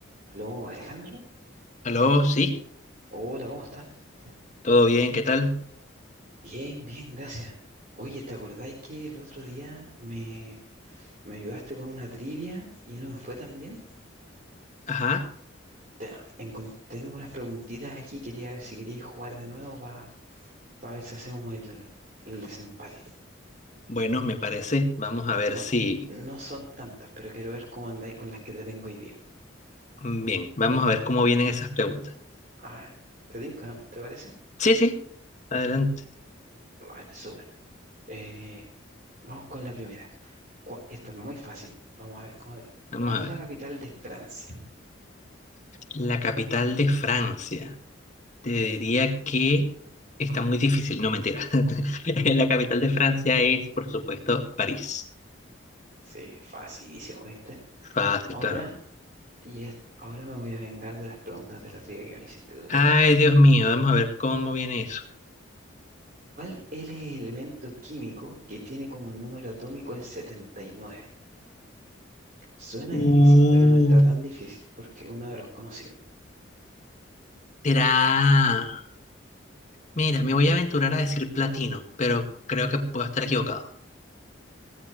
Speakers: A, on the right; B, on the left.
A: Aló, Alejandro.
B: Aló, sí,
A: Hola, ¿cómo estás?
B: todo bien, ¿qué tal?
A: Bien, bien, gracias. Oye, ¿te acordáis que el otro día me, me ayudaste con una trivia y no me fue tan bien?
B: Ajá,
A: Te- encon- tengo unas preguntitas aquí, quería ver si queríais jugar de nuevo para ver si hacemos el, el desempate.
B: bueno, me parece. Vamos a ver
A: No,
B: si...
A: no son tantas, pero quiero ver cómo andáis con las que te tengo hoy día.
B: mm, Bien, vamos a ver cómo vienen esas preguntas.
A: Ah, ¿te tinca, no? ¿Te parece?
B: Sí, sí, adelante.
A: Vale, súper. Eh, vamos con la primera. Cua- Esta es muy fácil. Vamos a ver cómo da.
B: Vamos
A: ¿Cuál
B: a
A: es
B: ver.
A: la capital de Francia?
B: La capital de Francia. Te diría que está muy difícil, no mentira. <laughs> La capital de Francia es, por supuesto, París.
A: Sí, facilísimo, ¿viste?
B: Fácil,
A: Ahora,
B: claro.
A: y es- ahora me voy a vengar de las preguntas de la trivia que me hiciste tú
B: Ay,
A: la otra vez.
B: Dios mío, vamos a ver cómo viene eso.
A: ¿Cuál es el elemento químico que tiene como número atómico el 79? Suena
B: Uh,
A: difícil, pero no está tan difícil porque es uno de los conocidos.
B: será... Mira, me voy a aventurar a decir platino, pero creo que puedo estar equivocado.